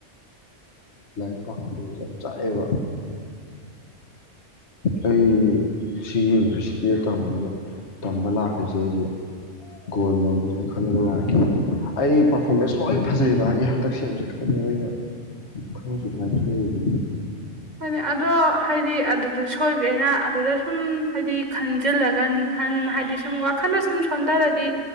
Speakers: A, on the left; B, on the right.
A: ꯂꯥꯏꯔꯤꯛ ꯄꯥꯍꯟꯗꯕꯁꯨ ꯌꯥꯝ ꯆꯥꯛꯑꯦꯕ ꯑꯩ ꯁꯤꯒꯤ ꯌꯨꯅꯤꯚꯔꯁꯤꯇꯤꯗ ꯇꯝꯅ ꯇꯝꯕ ꯂꯥꯛꯈ꯭ꯔꯤꯁꯦ ꯑꯩꯁꯦ ꯒꯣꯜ ꯂꯧꯒꯦꯅ ꯈꯜꯂꯒ ꯂꯥꯛꯀꯦ ꯑꯩ ꯄꯥꯔꯐꯣꯔꯃꯦꯟꯁ ꯂꯣꯏ ꯐꯖꯩꯕ ꯑꯩ ꯍꯟꯗꯛ ꯁꯦꯝ ꯆꯠꯄꯅꯦꯕ ꯑꯩꯅ ꯈꯔꯁꯨ ꯂꯥꯏꯊꯣꯛꯎꯔꯤ
B: ꯍꯥꯏꯅꯤ ꯑꯗꯣ ꯍꯥꯏꯗꯤ ꯑꯗꯨ ꯑꯗꯨ ꯁꯣꯏꯈ꯭ꯔꯦꯅ ꯑꯗꯨꯗ ꯁꯨꯝ ꯍꯥꯏꯗꯤ ꯈꯟꯖꯤꯜꯂꯒ ꯅꯤꯡꯍꯟ ꯍꯥꯏꯗꯤ ꯁꯨꯝ ꯋꯥꯈꯜꯗꯣ ꯁꯨꯝ ꯁꯣꯟꯊꯔꯗꯤ